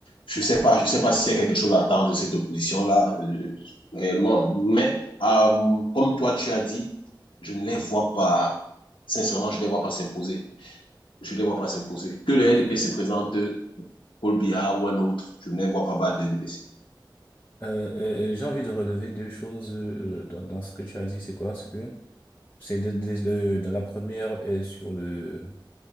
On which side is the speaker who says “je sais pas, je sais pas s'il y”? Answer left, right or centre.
Left